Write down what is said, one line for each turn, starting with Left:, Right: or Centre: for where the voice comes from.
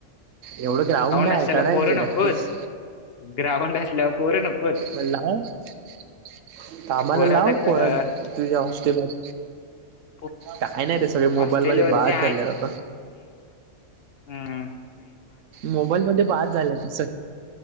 Right: एवढं ग्राउंड
Left: असल्याला
Right: आहे करायच
Left: पोरं
Right: प्रॅक्टिस..
Left: नकोत ग्राउंड असल्यावर पोरं नकोत
Right: मन लावून आ कामाला
Left: पोरं
Right: लाव
Left: आता क-
Right: पोर तुझ्या हॉस्टेलवर..
Left: पो-
Right: काय नाही रे सगळे मोबाईल
Left: हॉस्टेलवरचे
Right: म बाद झाले आता...
Left: हम्
Right: मोबाईल मध्ये बाद झालंय तस...